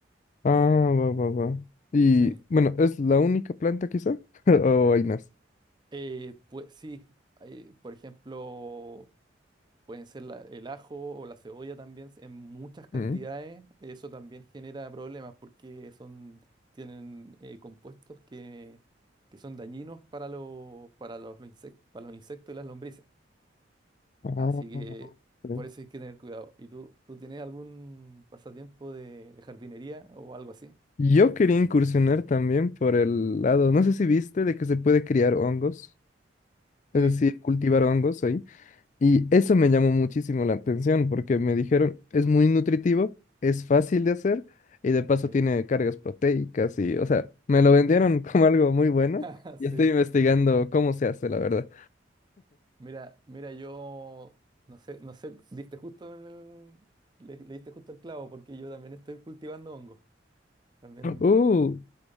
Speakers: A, on the left (about 40°); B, on the right (about 25°).
A: Ah, va, va, va. Y
B: Sí.
A: bueno, ¿es la única planta quizá? <laughs> ¿O hay más?
B: Eh, pues sí, hay, por ejemplo, Pueden ser la- el ajo o la cebolla también en muchas cantidades.
A: Ujú.
B: Eso también genera problemas porque son, tienen eh, compuestos que, que son dañinos para los, para los, los insec- para los insectos y las lombrices.
A: Ah,
B: Así que
A: ok.
B: por eso hay que tener cuidado. ¿Y tú, tú tienes algún pasatiempo de, de jardinería o algo así?
A: Yo quería incursionar también por el lado, no sé si viste, de que se puede criar hongos, es
B: Sí,
A: decir, cultivar hongos ahí. Y eso me llamó muchísimo la atención porque me dijeron, es muy nutritivo, es fácil de hacer y de paso
B: obviamente.
A: tiene cargas proteicas y, o sea, me lo vendieron <laughs> como algo muy bueno
B: <laughs>
A: y estoy investigando
B: Sí.
A: cómo se hace, la verdad.
B: Mira, mira, yo no sé, no sé, diste justo en el, le, le diste justo el clavo porque yo también estoy cultivando hongos. También...
A: Uh,